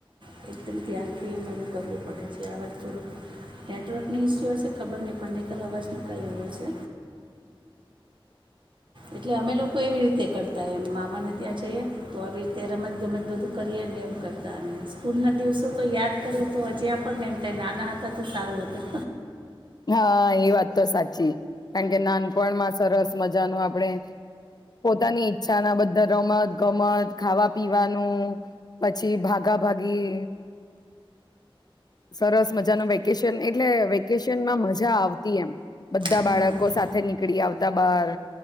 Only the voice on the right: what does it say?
હ એકદમ ધ્યાનથી બોલું કરવું પડે છે અવાજ થોડોક નેટવર્ક ન ઇસ્યુ હશે ખબર નહી પણ નિતર અવાજનું કઈ એવું હશે. એટલે અમે લોકો એવી રીતે કરતા એમ મામાને ત્યાં જઈએ તો આવી રીતે રમત ગમત બધું કરીએને એમ કરતા અમે સ્કૂલ ના દિવસો તો યાદ કરએ તો હજી આપ પણને એમ થ નાના હતા. ખુ સારું હતું.
હમ